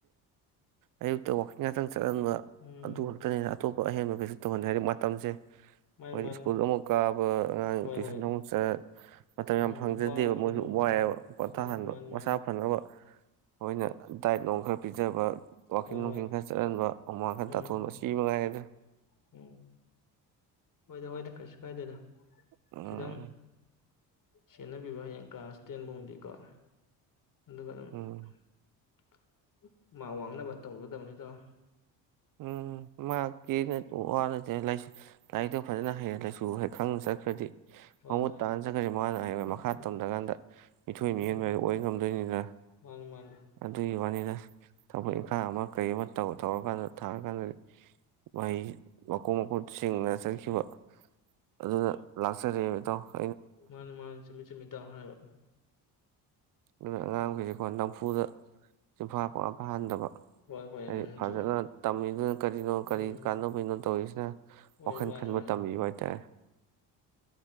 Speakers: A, on the right; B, on the left.
A: ꯑꯌꯨꯛꯇ ꯋꯥꯀꯤꯡ ꯉꯥꯛꯇꯪ ꯆꯠꯍꯟꯕ
B: ꯎꯝ
A: ꯑꯗꯨ ꯈꯛꯇꯅꯤꯅ ꯑꯇꯣꯞꯄ ꯑꯍꯦꯟꯕ ꯀꯩꯁꯨ ꯇꯧꯍꯟꯗꯦ ꯍꯥꯏꯗꯤ ꯃꯇꯝꯁꯦ ꯑꯩꯣꯏꯗꯤ
B: ꯃꯥꯅꯤ ꯃꯥꯅꯤ
A: ꯁ꯭ꯀꯨꯜ ꯑꯃꯨꯛ ꯀꯥꯕ ꯑꯉꯥꯡ
B: ꯍꯣꯏ
A: ꯇꯨꯏꯁꯟ
B: ꯍꯣꯏ
A: ꯑꯃꯨꯛ ꯃꯇꯝ
B: ꯎꯝ
A: ꯌꯥꯝ ꯐꯪꯖꯗꯦꯕ
B: ꯋꯥꯕꯅꯤꯅ
A: ꯃꯣꯏꯁꯨ
B: ꯃꯣꯏ ꯎꯝ
A: ꯋꯥꯏꯑꯦꯕ ꯄꯊꯥꯍꯟꯕ
B: ꯃꯥꯅꯤ ꯃꯥꯅꯤ ꯃꯥꯅꯤ
A: ꯃꯁꯥ ꯐꯅꯕ ꯍꯣꯏꯅꯦ ꯗꯥꯏꯠ ꯅꯨꯡ ꯈꯔ ꯄꯤꯖꯕ ꯋꯥꯀꯤꯡ
B: ꯍꯣꯏ
A: ꯅꯨꯡꯀꯤꯡ
B: ꯍꯣꯏ
A: ꯈꯔ ꯆꯠꯍꯟꯕ ꯍꯨꯃꯥꯡ ꯈꯔ
B: ꯎꯝ
A: ꯇꯥꯊꯣꯛꯕ ꯁꯤ ꯃꯉꯥꯢꯔꯦ ꯀꯩ
B: ꯎꯝ ꯍꯣꯏꯗ ꯍꯣꯏꯗ ꯀꯩꯁꯨ ꯀꯥꯏꯗꯦꯗ
A: ꯎꯝ
B: ꯈꯤꯗꯪ ꯁꯦꯟꯅꯕꯤꯕ ꯍꯌꯦꯡ ꯀ꯭ꯂꯥꯁ ꯇꯦꯟꯐꯨꯡꯗꯤꯀꯣ <unintelligible>
A: ꯎꯝ
B: ꯃꯥ ꯋꯥꯡꯅꯕ ꯇꯧꯒꯗꯕꯅꯤ ꯏꯇꯥꯎ
A: ꯎꯝ ꯃꯍꯥꯛꯀꯤ ꯋꯥ ꯅꯠꯇꯦ ꯂꯥꯏꯔꯤꯛꯇꯣ ꯐꯖꯅ ꯍꯩ ꯂꯥꯏꯁꯨ ꯈꯪꯅ ꯆꯠꯈ꯭ꯔꯗꯤ
B: ꯍꯣꯏ
A: ꯃꯃꯨꯠ
B: ꯍꯣꯏ
A: ꯇꯥꯅ ꯆꯠꯈ꯭ꯔꯁꯦ ꯃꯥꯅ ꯍꯥꯏ
B: ꯎꯝ
A: ꯃꯈꯥ ꯇꯝꯊ꯭ꯔꯀꯥꯟꯗ ꯃꯤꯊꯣꯏ
B: ꯎꯝ
A: ꯃꯤꯌꯦꯟꯕꯗ ꯑꯣꯏ ꯉꯝꯗꯣꯏꯅꯤꯗꯅ
B: ꯃꯥꯅꯤ ꯃꯥꯅꯤ
A: ꯑꯗꯨꯒꯤ ꯋꯥꯅꯤꯗ ꯊꯕꯛ ꯏꯪꯈꯥꯡ ꯑꯃ ꯀꯔꯤ ꯑꯃ ꯇꯧ ꯇꯧꯔꯀꯥꯟꯗ ꯊꯥꯔ ꯀꯥꯟꯗꯗꯤ ꯃꯣꯏ ꯃꯈꯣꯡ ꯃꯀꯨꯠ ꯁꯦꯡꯅ ꯆꯠꯈꯤꯕ ꯑꯗꯨꯅ ꯂꯥꯛꯆꯔꯤ ꯇꯣ <inaudible>
B: ꯃꯥꯅꯦ ꯃꯥꯅꯦ ꯆꯨꯝꯃꯤ ꯆꯨꯝꯃꯤ ꯇꯥꯎꯅ ꯍꯥꯏꯕ
A: ꯑꯗꯨꯅ ꯑꯉꯥꯡ ꯃꯈꯩꯁꯦ ꯑꯣꯏ ꯅꯝꯐꯨꯗ ꯁꯤꯐꯥ <unintelligible> ꯄ ꯐꯍꯟꯗꯕ
B: ꯍꯣꯏ ꯍꯣꯏ
A: ꯍꯥꯏꯗꯤ
B: ꯎꯝ
A: ꯐꯖꯅ
B: ꯆꯨꯝꯃꯤ
A: ꯗꯨꯅ ꯀꯔꯤꯅꯣ ꯀꯔꯤ
B: ꯎꯝ
A: ꯀꯥꯟꯅꯕꯅꯣ ꯇꯧꯔꯤꯁꯤꯅ
B: ꯍꯣꯏ
A: ꯋꯥꯈꯜ
B: ꯃꯥꯅꯤ
A: ꯈꯟꯕ
B: ꯃꯥꯅꯤ
A: ꯇꯝꯕꯤꯕ ꯍꯥꯏꯇꯥꯔꯦ꯫